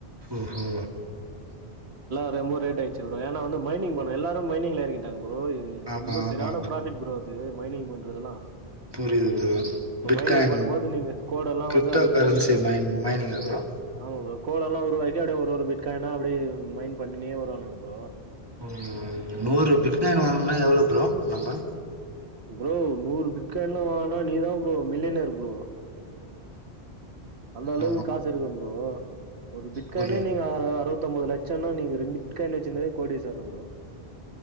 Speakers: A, on the right; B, on the right.
A: ஓஹோ
B: ரொம்பவு ரேட் ஆ ச்சு ப்ரோ ஏனா வந்து மைனிங் பண்ண எல்லாரு மைனிங்ல எறங்கிட்டாங்க ப்ரோ இது
A: ஆமா
B: ரொம்ப சரியான
A: ஆமா
B: ப்ராபிட் ப்ரோ அது மைனிங் பண்றதெல்லா
A: புரியுது ப்ரோ
B: இப்ப
A: பிட்காயின்
B: மைனிங் பண்ணும்போது நீங்க கோடெல்லா
A: கிரிப்டோ
B: வந்து அந்த
A: கரன்சி
B: கோடு
A: மைன் மைனிங்கா ப்ரோ
B: ஆமா ப்ரோ கோடெல்லா உருவாய் அப்படியே ஒரு ஒரு பிட் காயின்னா அப்படி மைண்ட் பண்ணினே வருவானுங்க ப்ரோ
A: ஒரு நூறு பிட் காயின் வாங்கனா எவ்வளோ ப்ரோ நம்ம
B: ப்ரோ நூறு பிட் காயின் எல்லா வாங்குனா நீதா ப்ரோ மில்லியனர் ப்ரோ அந்த அளவுக்கு
A: ஆமா
B: காசு இருக்கு ப்ரோ ஒரு பிட்காய்னே
A: புரி
B: நீங்க அறுவ தொம்பது லட்சம்னா நீங்க ரெண்டு பிட் காயின் வச்சிருந்தாலே கோடிஸ்வரன் ப்ரோ